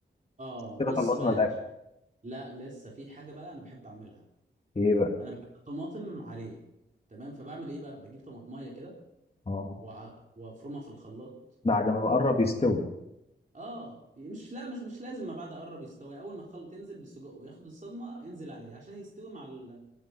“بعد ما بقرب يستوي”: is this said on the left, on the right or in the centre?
Left